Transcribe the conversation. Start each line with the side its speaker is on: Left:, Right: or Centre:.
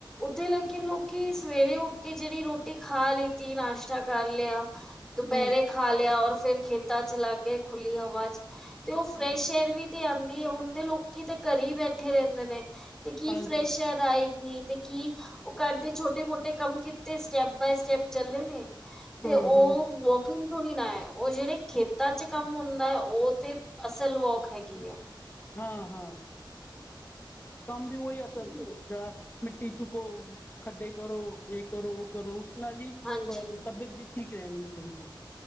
Centre: ਉੱਥੇ, ਲੇਕਿਨ ਲੋਕੀ ਸਵੇਰੇ ਉੱਠ ਕੇ ਜਿਹੜੀ ਰੋਟੀ ਖਾ ਲਿੱਤੀ, ਨਾਸ਼ਤਾ ਕਰ ਲਿਆ ਦੁਪੈਰੇ
Left: ਹੂੰ
Centre: ਖਾ ਲਿਆ ਔਰ ਫੇਰ ਖੇਤਾਂ 'ਚ ਲਾਗੇ ਖੁੱਲੀ ਹਵਾ 'ਚ ਤੇ ਉਹ ਫਰੈਸ਼
Left: ਹੂੰ
Centre: ਏਅਰ ਵੀ 'ਤੇ ਆਂਦੀ ਏ ਹੁਣ ਦੇ ਲੋਕੀ 'ਤੇ ਘਰ ਈ ਬੈਠੇ ਰਹਿੰਦੇ ਨੇ। ਤੇ ਕੀ
Left: ਹਾਂਜੀ
Centre: ਫਰੈਸ਼ ਏਅਰ ਆਏਗੀ, ਤੇ ਕੀ ਘਰ ਦੇ ਛੋਟੇ-ਮੋਟੇ ਕੰਮ ਕੀਤੇ, ਸਟੈਪ ਬਾਏ ਸਟੈਪ ਚੱਲੇ ਨੇ, ਤੇ
Left: ਹਾਂ
Centre: ਉਹ
Left: ਹਾਂ
Centre: ਵਾ ਕੰ ਥੋੜੀ ਨਾ ਐ, ਉਹ ਜਿਹੜੇ ਖੇਤਾਂ 'ਚ ਕੰਮ ਹੁੰਦਾ ਐ, ਉਹ ਤੇ ਅਸਲ ਵੋਕ ਹੈਗੀ ਐ।
Left: ਹਾਂ-ਹਾਂ, ਕੰਮ ਵੀ ਉਈ ਅਸਲ
Centre: ਹੂੰ।
Left: ਜਹੜਾ ਮਿੱਟੀ ਚੁੱਕੋ, ਖੱਡੇ ਕਰੋ, ਇਹ ਕਰੋ, ਉਹ ਕਰੋ, ਉਸ ਨਾਲ ਈ ਥੋੜਾ
Centre: ਹਾਂਜੀ
Left: ਤਬੀਅਤ ਵੀ ਠੀਕ ਰਹਿੰਦੀ ਏ ਥੋੜੀ ਸੀ,